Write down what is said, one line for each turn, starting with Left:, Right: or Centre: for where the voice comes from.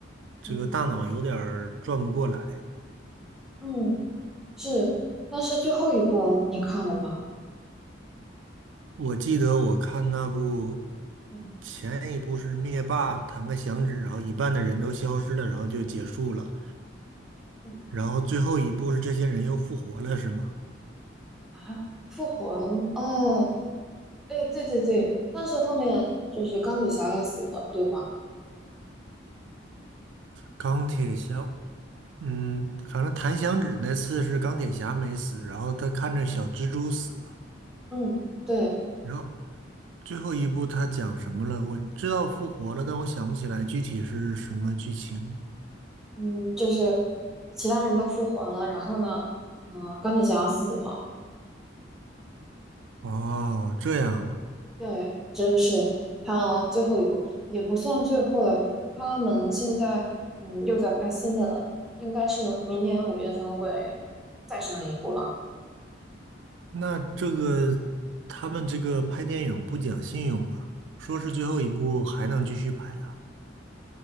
Right: 这个大脑有点儿转不过来。
Centre: 嗯嗯，是，但是最后一部你看了吗？
Right: 我记得我看那部
Centre: 嗯
Right: 前一部是灭霸弹个响指，然后一半的人都消失了，然后就结束了。
Centre: 嗯
Right: 然后最后一步是这些人又复活了，是吗？
Centre: 啊，复活了吗哦，哎，对对对，但是后面就是钢铁侠也死了，对吧？
Right: 钢铁侠，嗯，反正弹响指那次是钢铁侠没死，然后他看着小蜘蛛死了，
Centre: 嗯，对，
Right: 然后最后一步他讲什么了？我知道复活了，但我想不起来具体是什么剧情。
Centre: 嗯，就是其他人都复活了，然后呢，嗯，钢铁侠死了，
Right: 哦，这样啊，
Centre: 对，这是他最后一部，也不算最后了。他们现在嗯又在拍新的了，应该是明年五月份会再上一部了，
Right: 那这个他们这个拍电影不讲信用啊，说是最后一部还能继续拍啊，